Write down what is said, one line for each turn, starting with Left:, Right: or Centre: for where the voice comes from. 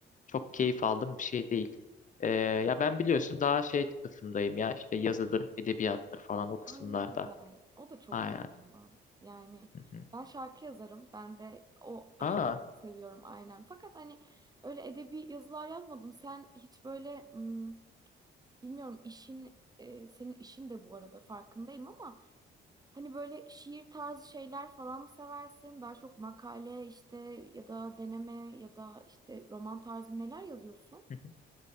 Left: çok keyif aldığım bir şey değil. Ee, ya ben biliyorsun daha şey kısımdayım ya işte yazıdır, edebiyattır falan o kısımlarda.
Right: Ay ne güzel. O da çok
Left: Aynen.
Right: güzel ama. Yani
Left: Hı hı.
Right: ben şarkı yazarım. Ben de o aşamayı
Left: Aa,
Right: seviyorum aynen. Fakat hani öyle edebi yazılar yazmadım. Sen hiç böyle hmm, bilmiyorum işin e, senin işin de bu arada farkındayım ama hani böyle şiir tarzı şeyler falan mı seversin? Daha çok makale işte ya da deneme ya da işte roman tarzı neler yazıyorsun?
Left: hı hı.